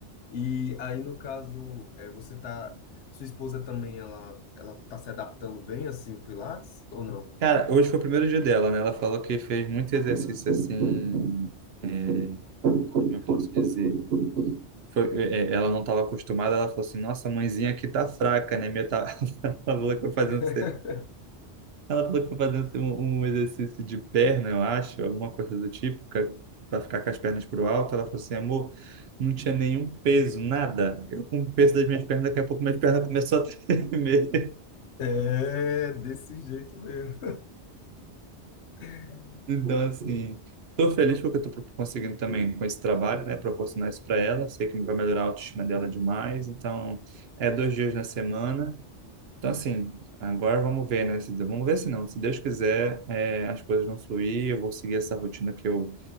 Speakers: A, on the left (about 80°); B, on the right (about 65°).
A: E aí, no caso, é, você tá. Sua esposa também, ela, ela tá se adaptando bem, assim, o Pilates, ou não?
B: Cara, hoje foi o primeiro dia dela, né? Ela falou que fez muito exercício assim. é, como eu posso dizer? Foi- é, é, ela não estava acostumada, ela falou assim: Nossa, mãezinha aqui tá fraca, né? Minha tá... <laughs> Ela falou que foi fazendo,
A: <laughs>
B: se- ela falou que foi fazendo assim, um, um exercício de perna, eu acho, alguma coisa do tipo, para ficar com as pernas pro alto. Ela falou assim: Amor, não tinha nenhum peso, nada. Eu com o peso das minhas pernas, daqui a pouco minhas pernas começou a tremer.
A: É, desse jeito mesmo. <laughs>
B: Então, assim, estou feliz porque eu estou conseguindo também com esse trabalho, né, proporcionar isso para ela. Sei que vai melhorar a autoestima dela demais. Então, é dois dias na semana. Então, assim, agora vamos ver, né? se- vamos ver se não. Se Deus quiser, é, as coisas vão fluir. Eu vou seguir essa rotina que eu